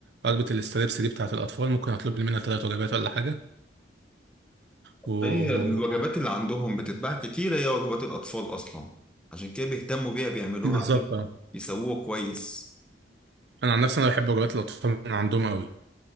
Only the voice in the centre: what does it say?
هي الوجبات اللي عندهم بتتباع كتير هي وجبات الاطفال اصلا عشان كده بيهتموا بيها بيعملوها
ايه
يسووها كويس